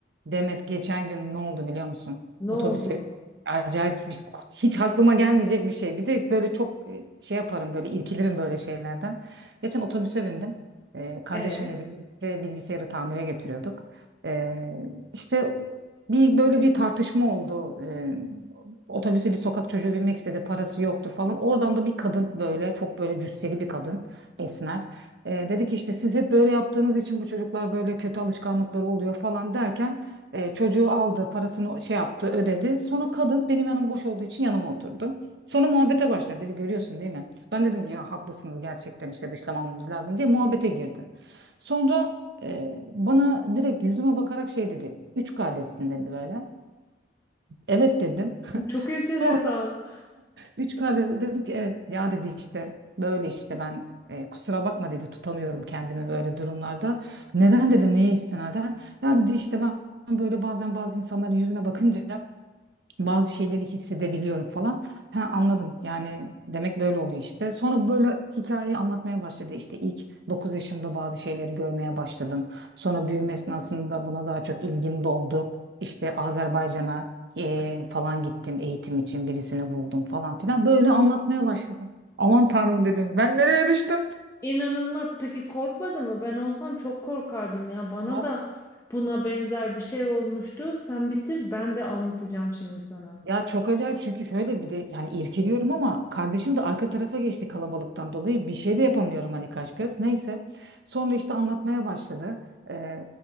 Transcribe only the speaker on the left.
Ne
oldu?
E,
çok enteresan.
İnanılmaz. Peki korkmadı mı? Ben olsam çok korkardım ya. Bana
da buna benzer bir şey olmuştu. Sen bitir, ben de anlatacağım şimdi sana.